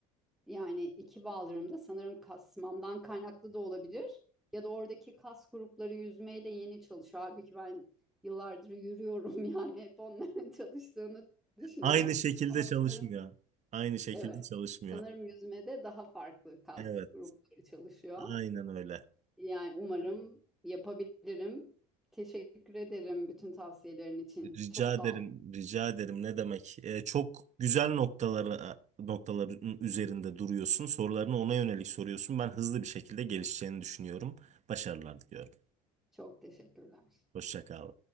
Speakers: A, in the centre; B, on the right.
A: Yani iki baldırım da sanırım kasmamdan kaynaklı da olabilir. Ya da oradaki kas grupları yüzmeyle yeni çalışıyor. Halbuki ben yıllardır yürüyorum <laughs> yani hep onların çalıştığını düşünürüm.
B: Aynı şekilde
A: Ama
B: çalışmıyor.
A: sanırım
B: Aynı şekilde
A: evet
B: çalışmıyor.
A: sanırım yüzmede daha farklı kas
B: Evet,
A: grupları çalışıyor.
B: aynen öyle.
A: Yani umarım yapabilirim. Teşekkür ederim bütün tavsiyelerin için.
B: Rica
A: Çok sağ
B: ederim,
A: ol.
B: rica ederim. Ne demek? Ee, çok güzel noktaları noktaların üzerinde duruyorsun. Sorularını ona yönelik soruyorsun. Ben hızlı bir şekilde gelişeceğini düşünüyorum. Başarılar diliyorum.
A: Çok teşekkürler.
B: Hoşça kal.